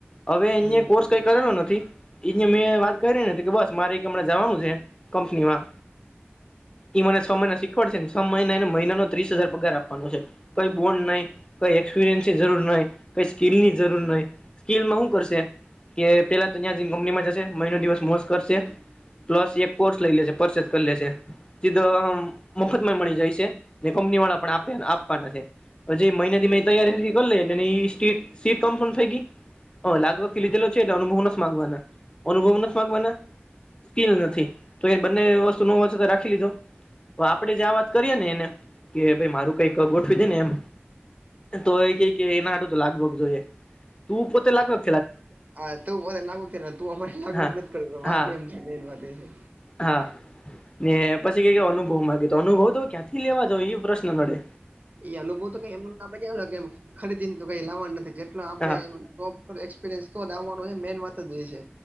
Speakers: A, on the left (about 25°); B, on the right (about 40°).
A: હવે
B: હમ
A: એ કોર્સ કઈ કરેલો નથી એ મેં વાત કરી નથી કે બસ મારે એક હમણાં જવાનું છે. કંપનીમાં ઈ મને છ મહિના શીખવા પડશે. મહિના એને મહિનાનો ત્રીસ હજાર પગાર આપવાનો છે. કઈ બોન્ડ નહી કઈ એક્સપિરિયન્સની જરૂર નહી કઈ સ્કીિલ ની જરૂર નહી. સ્કીલમાં શું કરશે કે પેલા તો ત્યાં કંપનીમાં જશે મહિનો દિવસ મોશ કરશે. પ્લસ એક કોર્સ લઈ લેશે પરચેસ કર લેશે. ઇતો અવ મફત માં મળી જાય છે ને કંપની વાળા પણ આપે આપવાના છે. પછી મહિનાથી મેં તૈયારી થી કરલે એટલે એ સીટ સીટ કન્ફર્મ થઈ ગઈ. હા લાગવગથી લીધેલો છે એટલે અનુભવ ન માગવાના અનુભવ નથી માંગવાના સ્કીલ નથી તો એ બંને વસ્તુ ન હોય તો રાખી લીધો. તો આપણે જે આ વાત કરીએ ને એને કે ભાઈ મારું કઈક ગોઠવી દેને એમ તો એ ક કે એનાડું તો લાગવગ જોઈએ હું પોતે લાગન
B: હા ત મને લાગગ થ તું અમારે લાગભગ
A: હા
B: નથી કર બેન વાત
A: હા
B: એ છે
A: હા ને પછી કઈ કે અનુભવ માગે તો અનુભવ તો ક્યાંથી લેવા જ એ પ્રશ્ન કરડે
B: એ અનુભવ તો એમ આપડ કે ખરીદી ને તો કઈ લાવવાનું નથી જેટલો આપડે
A: હા
B: એમ એક્સપિરિયન્સ તો જ આવવાનો છે મેન વાત જ એ છે